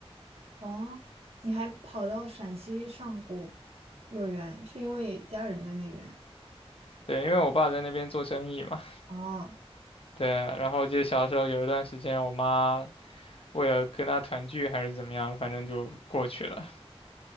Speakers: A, on the right (about 70°); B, on the left (about 60°).
A: 哦，你还跑到陕西上过幼儿园，是因为家人在那边？
B: 对，因为我爸在那边做生意嘛，
A: 哦。
B: 对，然后我记得小时候有一段时间，我妈。为了跟他团聚还是怎么样，反正就过去了。